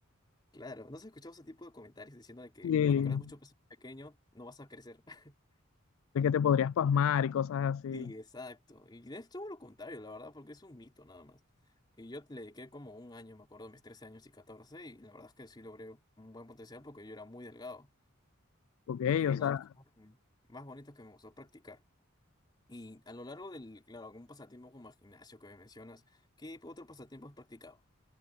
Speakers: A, on the left (about 20°); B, on the left (about 80°).
A: Claro, ¿no has escuchado ese tipo de comentarios diciendo de que
B: de,
A: cuando cargas mucho peso pequeño no vas a crecer? <laughs>
B: de que te podrías pasmar y cosas así.
A: Sí, exacto. Y es todo lo contrario, la verdad, porque es un mito nada más. Y yo le dediqué como un año, me acuerdo, mis 13 años y 14 y la verdad es que sí logré un buen potencial porque yo era muy delgado.
B: Ok,
A: Y fue
B: o
A: una
B: sea,
A: de las cosas que- más bonitas que me gustó practicar. Y a lo largo del, claro, un pasatiempo como el gimnasio que me mencionas, ¿qué otro pasatiempo has practicado?